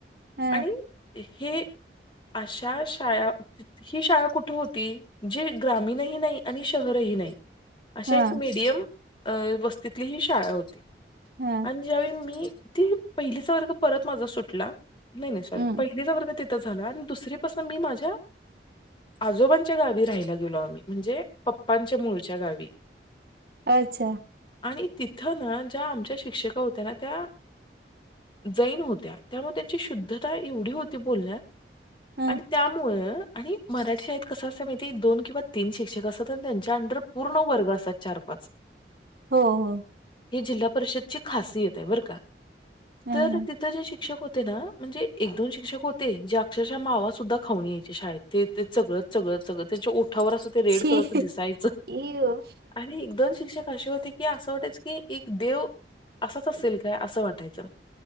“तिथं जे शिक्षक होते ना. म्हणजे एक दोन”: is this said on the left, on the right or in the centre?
Left